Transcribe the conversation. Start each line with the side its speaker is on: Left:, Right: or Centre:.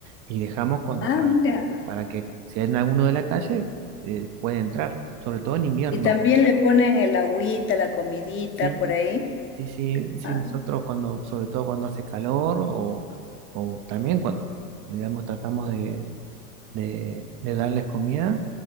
Right: y dejamos cuando,
Left: Ah,
Right: para,
Left: mira.
Right: para que si hay alguno de la calle, eh, puede entrar, sobre todo en invierno.
Left: Y también le ponen el agüita, la comidita
Right: Sí,
Left: por ahí.
Right: sí, sí, sí,
Left: Ah,
Right: nosotros cuando, sobre todo cuando hace calor o, o también cuando, digamos, tratamos de, de, de darles comida